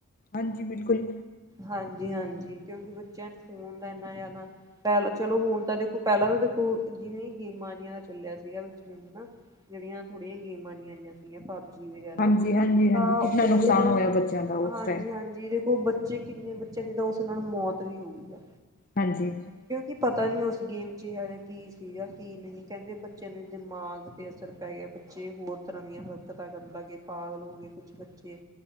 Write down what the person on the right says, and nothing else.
ਹਾਂਜੀ- ਹਾਂਜੀ ਕਿਉਂਕਿ ਬੱਚੇਆਂ ਨੂੰ ਫੋਨ ਦਾ ਇੰਨਾ ਐ ਨਾ ਪੈਲਾਂ ਚਲੋ ਹੁਨ ਤਾਂ ਦੇਖੋ, ਪੈਲਾਂ ਤਾਂ ਦੇਖੋ ਜਿਵੇਂ ਗੇਮਾਂ ਜੇਹੀਆਂ ਦਾ ਚੱਲੇਆ ਸੀਗਾ ਵਿੱਚ ਹੈਨਾ, ਜੇੜੀਆਂ ਥੋੜੀਆਂ ਗੇਮਾਂ ਜੀ ਆਈਆਂ ਪਬਜੀ ਵਗੈਰਾ
ਤਾਂ,
ਓਦੇ ਨਾਲ
ਹਾਂਜੀ-
ਹਾਂਜੀ ਦੇ ਓ ਬੱਚੇ, ਕਿੰਨੇ ਬੱਚੇਆਂ ਦੀ ਤਾਂ ਓਸ ਨਾਲ ਮੌਤ ਵੀ ਹੋਈ ਐ
ਕਿਉਂਕਿ ਪਤਾ ਨਈ ਓਸ ਗੇਮ 'ਚ ਐਹਾ ਜਾ ਕੀ ਸੀਗਾ ਕੀ ਨਈ ਕੈੰਦੇ ਬੱਚੇਆਂ ਦੇ ਦਮਾਗ ਅਸਰ ਪੈ ਗੇਆ, ਬੱਚੇ ਹੋਰ ਤਰਾਂ ਦੀਆਂ ਹਰਕਤਾਂ ਕਰਨ ਲੱਗ ਗਏ, ਪਾਗਲ ਹੋ ਗਏ ਕੁੱਛ ਬੱਚੇ।